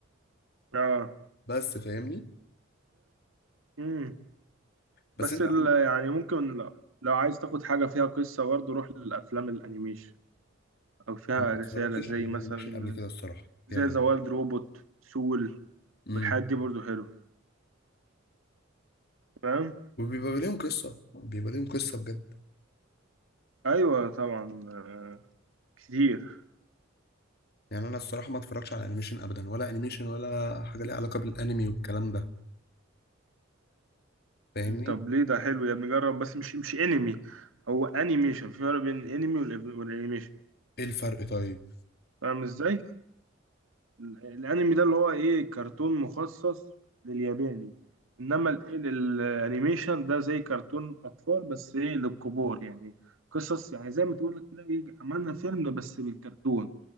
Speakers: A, on the right; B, on the left.
A: اه
B: بس فاهمني
A: امم
B: بس
A: بس
B: انت
A: ال...
B: عم-
A: يعني ممكن لو, لو عايز تاخد حاجة فيها قصة برضه روح للأفلام الأنيميشن أو فيها
B: ما اتفرجتش
A: رسالة زي
B: على
A: مثلا
B: الانيميشن قبل كده الصراحة
A: زي
B: يعني
A: ذا وايلد روبوت سول
B: امم
A: والحاجات دي برضه حلوة فاهم؟
B: وبيبقى ليهم قصة بيبقى ليهم قصة بجد
A: ايوه طبعا آه، كتير
B: يعني انا الصراحة ما اتفرجتش على انيميشن ابدا ولا انيميشن ولا حاجة ليها علاقة بالانمي والكلام ده فاهمني؟
A: طب ليه ده حلو يا ابني جرب بس مش مش انمي هو انيميشن في فرق بين انمي والإب- والانيميشن
B: ايه الفرق طيب؟
A: فاهم ازاي ال- الانمي ده اللي هو ايه كرتون مخصص للياباني انما ال- ال- الانيميشن ده زي كرتون اطفال بس ايه للكبار يعني قصص يعني زي ما تقول كده ايه عملنا فيلم بس بالكرتون